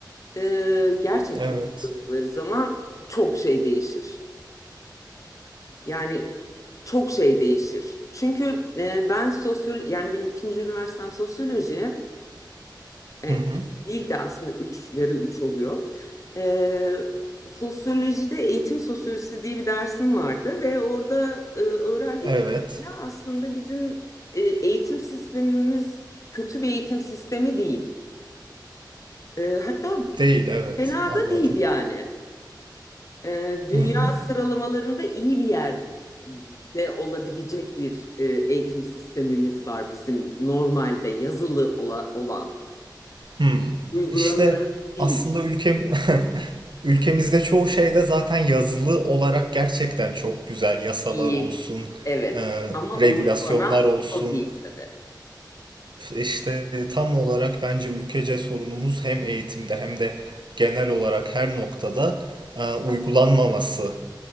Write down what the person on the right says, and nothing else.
evet.
Hı hı,
evet.
Değil, evet.
Anladım.
Hı hı.
Hmm.
İşte
aslında ülkem Ülkemizde çoğu şeyde zaten yazılı olarak gerçekten çok güzel yasalar
olsun,
e,
regülasyonlar olsun.
İşte tam olarak bence ülkece sorunumuz hem eğitimde hem de genel olarak her noktada e, uygulanmaması,